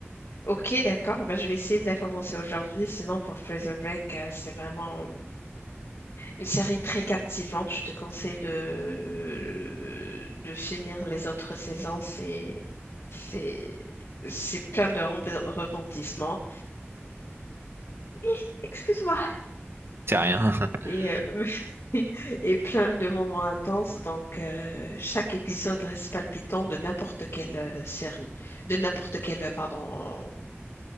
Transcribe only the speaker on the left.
Ok, d'accord, bah, je vais essayer de la commencer aujourd'hui. Sinon, pour Prison Break, euh, c'est vraiment une série très captivante. Je te conseille de, de finir les autres saisons. C'est, c'est, c'est plein de rem- repentissements. Hi, Excuse-moi.
Et, euh, <laughs> et plein de moments intenses. Donc, euh, chaque épisode reste palpitant de n'importe quelle euh, série, de n'importe quelle, euh, pardon,